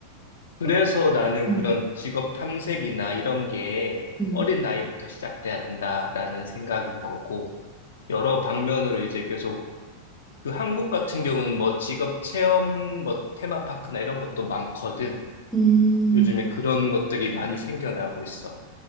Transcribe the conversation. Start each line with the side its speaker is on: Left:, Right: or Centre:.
Left: 그래서
Centre: 그래?
Left: 나는
Centre: 음,
Left: 그런 직업 탐색이나 이런 게
Centre: 음,
Left: 어린 나이부터 시작돼야 된다라는 생각인 거고, 여러 방면으로 이제 계속 그 한국 같은 경우는 뭐 직업 체험 뭐 테마파크나 이런 것도 많거든.
Centre: 음,
Left: 요즘에 그런 것들이 많이 생겨나고 있어.